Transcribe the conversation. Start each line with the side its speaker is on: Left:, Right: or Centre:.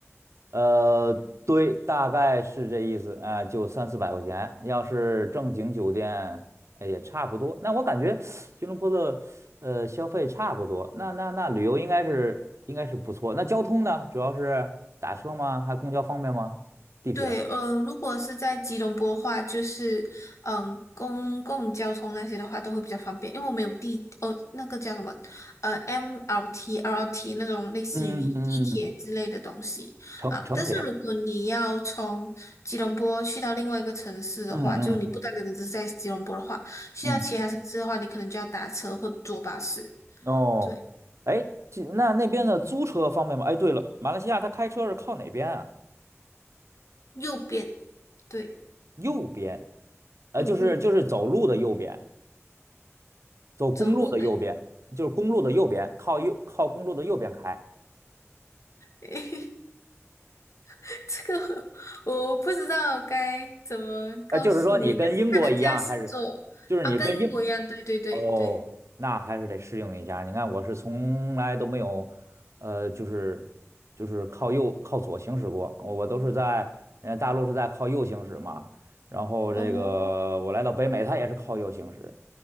Right: 呃，对，大概是这意思，啊、就三四百块钱。要是正经酒店，哎，也差不多。那我感觉吉隆坡的呃消费差不多，那那那旅游应该是应该是不错。那交通呢？主要是打车吗？还公交方便吗？地铁、
Left: 对，嗯、如果是在吉隆坡的话，就是嗯、公共交通那些的话都会比较方便，因为我们有地哦，那个叫什么呃 MRT、R l t 那种类似于地铁之类的东西啊。
Right: 嗯嗯嗯嗯城城铁？
Left: 但是如果你要从吉隆坡去到另外一个城市的话，
Right: 嗯嗯嗯
Left: 就你不单单只是在吉隆坡的话，去到其他城市的话，
Right: 嗯。
Left: 你可能就要打车或坐巴士。
Right: 哦，
Left: 对，
Right: 哎，这那那边的租车方便吗？哎，对了，马来西亚他开车是靠哪边啊？
Left: 右边，对，
Right: 右边，呃，
Left: 嗯嗯，
Right: 就是就是走路的右边。走公路的右边，
Left: 走路的。
Right: 就是公路的右边，靠右靠公路的右边开。
Left: <laughs> <laughs> 这个我不知道该怎么告诉你，
Right: 呃，就是说你跟英国一样，
Left: 但是它的驾驶座啊，
Right: 还是就是你跟英
Left: 跟英国一样，对对对对，
Right: 哦，那还是得适应一下。你看，我是从来都没有，呃，就是就是靠右靠左行驶过，我都是在呃大陆是在靠右行驶嘛。然后这个我来到北美，
Left: 哦
Right: 它也是靠右行驶，